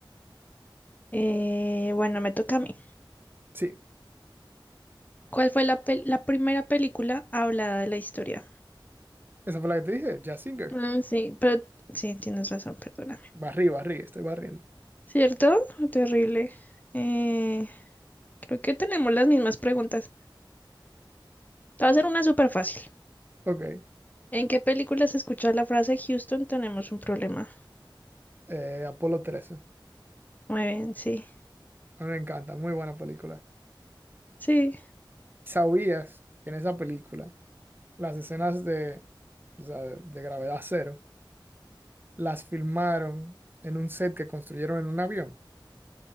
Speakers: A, on the left; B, on the right.
A: Eh, bueno, me toca a mí.
B: Sí,
A: ¿Cuál fue la, pel- la primera película hablada de la historia?
B: esa fue la que te dije, Jazz Singer.
A: Ah, sí, pero sí, tienes razón, perdóname.
B: Barrí, barrí, estoy barriendo.
A: ¿Cierto? Terrible. Eh, creo que tenemos las mismas preguntas. Te va a ser una súper fácil.
B: Ok,
A: ¿En qué películas escuchas la frase Houston tenemos un problema?
B: eh, Apolo 13.
A: Muy bien, sí.
B: A mí me encanta, muy buena película.
A: Sí,
B: ¿Sabías que en esa película las escenas de, o sea, de gravedad cero las filmaron en un set que construyeron en un avión.